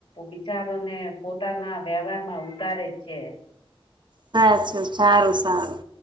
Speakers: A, on the left; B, on the right.
A: વિચારોને પોતાના વ્યવહાર માં ઉતારે જ છે.
B: સા છું સારું સારું